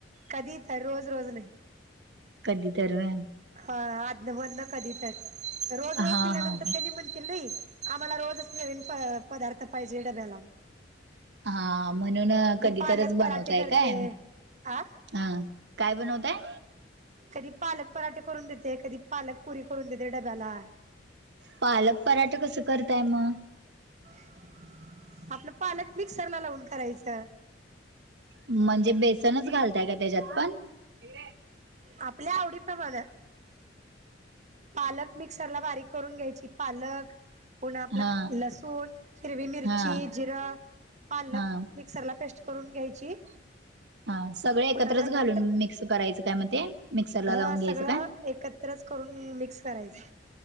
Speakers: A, on the right; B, on the right.
A: कधी तर रोज रोज नाही.
B: कधी तर व्हय.
A: हा आदनं मदनं कधी तर रोज
B: हा
A: रोज दिल्यानंतर
B: हा
A: त्यांनी म्हणतील नाही आम्हाला रोजच विन प पदार्थ पाहिजे डब्याला.
B: हा म्हणून कधी
A: पालक
B: तरच बनवताय
A: पराठे करते
B: काय.
A: आ
B: ह काय बनवताय?
A: कधी पालक पराठे करून देते कधी पालक पुरी करून देते डब्याला.
B: पालक पराठ कसं करताय म?
A: आपलं पालक मिक्सरला लावून करायचं.
B: म्हणजे बेसनच घालताय का त्याज्यात पण? इकड ये.
A: आपल्या आवडी प्रमाण. पालक मिक्सरला बारीक करून घ्यायची पालक पुन आपलं
B: हा
A: लसूण, हिरवी मिरची,
B: हा
A: जिरं पालक
B: हा
A: मिक्सरला पेस्ट करून घ्यायची.
B: हा सगळे एकत्रच
A: पुन्हा जरा
B: घालून
A: घट्ट
B: मिक्स करायचं काय मग ते? मिक्सरला
A: हा
B: लावून घ्यायचं
A: सगळं
B: काय
A: एकत्रच करून मिक्स करायचं.